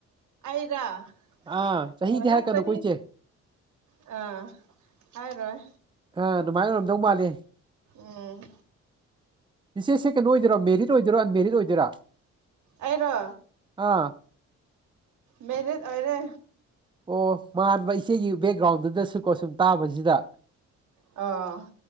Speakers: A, on the right; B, on the right.
A: ꯑꯩꯔꯥ
B: ꯑꯥ ꯆꯍꯤꯗꯤ
A: ꯑꯣ ꯅꯪ
B: ꯍꯥꯏꯔꯛꯀꯗꯨ
A: ꯆꯍꯤ
B: ꯀꯏꯁꯦ
A: ꯑꯥ ꯍꯥꯏꯔꯣꯏ
B: ꯑꯗꯨꯃꯥꯏꯅ ꯑꯣꯏꯔꯝꯗꯧ ꯃꯥꯜꯂꯦ
A: ꯑꯣ
B: ꯁꯤꯆꯦ ꯁꯦꯀꯦꯟ ꯑꯣꯏꯗꯣꯏꯔꯣ ꯃꯦꯔꯤꯠ ꯑꯣꯏꯗꯣꯏꯔꯣ ꯑꯟꯃꯦꯦꯔꯤꯠ ꯑꯣꯏꯗꯣꯏꯔꯥ
A: ꯑꯩꯔꯣ
B: ꯑꯥ
A: ꯃꯦꯔꯤꯠ ꯑꯣꯏꯔꯦ
B: ꯑꯣ ꯃꯥꯟꯕ ꯏꯆꯦꯒꯤ ꯕꯦꯛꯒ꯭ꯔꯥꯎꯟꯗꯨꯗꯁꯨ ꯀꯣ ꯁꯨꯝ ꯇꯥꯕꯁꯤꯗ
A: ꯑꯣ